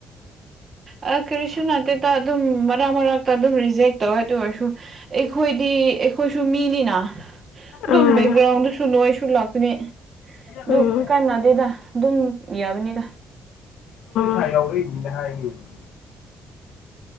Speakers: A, on the right; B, on the left.
A: ꯑꯥ ꯀꯔꯤꯁꯨ ꯅꯠꯇꯦꯗ ꯑꯗꯨꯝ ꯃꯔꯛ ꯃꯔꯛꯇ ꯑꯗꯨꯝ ꯔꯤꯖꯦꯛ ꯇꯧꯌꯦ ꯑꯗꯨ ꯑꯣꯏꯔꯁꯨ ꯑꯩꯈꯣꯏꯗꯤ ꯑꯩꯈꯣꯏꯁꯨ ꯃꯤꯅꯤꯅ ꯑꯗꯨꯝ
B: ꯎꯝ
A: ꯕꯦꯛꯒ꯭ꯔꯥꯎꯟꯗꯁꯨ ꯅꯣꯏꯁꯁꯨ ꯂꯥꯛꯄꯅꯤ ꯑꯗꯨ
B: ꯎꯝ
A: ꯀꯥꯟꯅꯗꯦꯗ ꯑꯗꯨꯝ ꯌꯥꯕꯅꯤꯗ
B: ꯍꯥꯏ ꯌꯥꯥꯎꯔꯛꯄ ꯌꯦꯡꯒꯦꯅ ꯍꯥꯏꯈꯤꯕꯅꯦ